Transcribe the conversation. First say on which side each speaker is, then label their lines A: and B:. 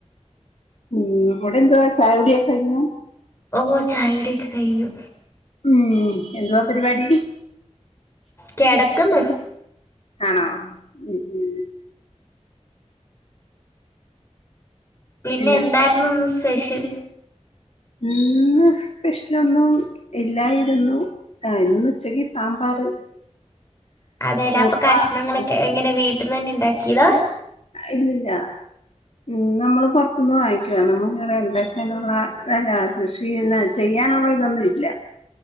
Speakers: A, on the left; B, on the left.
A: ഉം അവിടെന്തുവാ ചായുടിയൊക്കെ കഴിഞ്ഞോ?
B: ഓഹ് ചായുടിയൊക്കെ കഴിഞ്ഞു.
A: ഏഹ് എന്തുവാ പരിപാടി?
B: കിടക്കുന്നു
A: ആണോ ഉം ഉം
B: പിന്നെന്തായിരുന്നു
A: പിന്നെ
B: ഇന്ന് സ്പെഷ്യൽ?
A: ഇന്ന് സ്പെഷ്യലൊന്നും ഇല്ലായിരുന്നു. ആഹ്ഇന്നുച്ചക്ക് സാമ്പാറ്
B: അതേലപ്പൊ
A: കൂർക്ക
B: കഷ്ണങ്ങളൊക്കെ
A: ഒക്കെ
B: എങ്ങനെ വീട്ട്ന്നന്നെ ഇണ്ടാക്കീതാ?
A: ഇല്ല ല്ല. ഉം നമ്മള് പൊർത്തുന്ന് വാങ്ങിക്കുവാ, നമുക്കിവിടെ ഇണ്ടാക്കാനുള്ള <unintelligible> കൃഷി ഇന്നെ ചെയ്യാനുള്ള ഇതൊന്നും ഇല്ല.